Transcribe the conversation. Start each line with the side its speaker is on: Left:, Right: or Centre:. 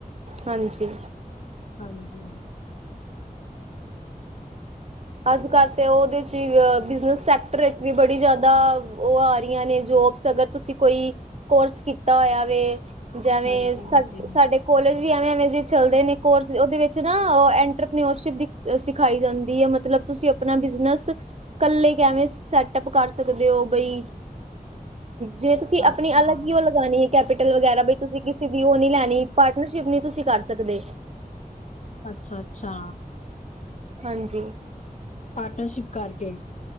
Right: ਹਾਂਜੀ
Left: ਹਾਂਜੀ।
Right: ਅੱਜ-ਕੱਲ੍ਹ ਤਾਂ ਉਹਦੇ ਚ ਬਿਜਨਸ ਸੈਕਟਰ ਵਿੱਚ ਵੀ ਬੜੀ ਜ਼ਿਆਦਾ ਉਹ ਆ ਰਹੀਆਂ ਨੇ ਜੋਬਸ ਅਗਰ ਤੁਸੀਂ ਕੋਈ ਕੋਰਸ ਕੀਤਾ ਹੋਇਆ ਵ ਜੈਵੇਂ
Left: ਹਾਂਜੀ ਹਾਂਜੀ
Right: ਸਾਡੇ-ਸਾਡੇ।। ਕੋਲੇਜ ਵੀ ਐਵੇਂ-ਐਵੇਂ ਜੇ ਚੱਲਦੇ ਨੇ ਕੋਰਸ ਉਹਦੇ ਵਿੱਚ ਨਾ ਟਰਪ੍ਰਿਰਿਪ <unintelligible> ਸਿਖਾਈ ਜਾਂਦੀ ਆ ਮਤਲਬ ਤੁਸੀਂ ਆਪਣਾ ਬਿਜਨਸ ਕੱਲੇ ਕੈਵੇਂ ਸੈਟਅਪ ਕਰ ਸਕਦੇ ਹੋ ਬਈ ਜਿਵੇਂ ਤੁਸੀਂ
Left: ਅੱਛਾ
Right: ਆਪਣੀ ਅਲੱਗ ਹੀ ਉਹ ਲਗਾਉਣੀ ਹੈ। ਕੈਪੀਟਲ ਵਗੈਰਾ ਵੀ ਤੁਸੀਂ ਕਿਸੇ ਦੀ ਉਹ ਨੀ ਲੈਣੀ ਪਾਰਟਨਰਸ਼ਿਪ ਨਹੀਂ ਤੁਸੀਂ ਕਰ ਸਕਦੇ।
Left: ਅੱਛਾ-ਅੱਛਾ
Right: ਹਾਂਜੀ।
Left: ਪਾਰਟਨਰਸ਼ਿਪ ਕਰਕੇ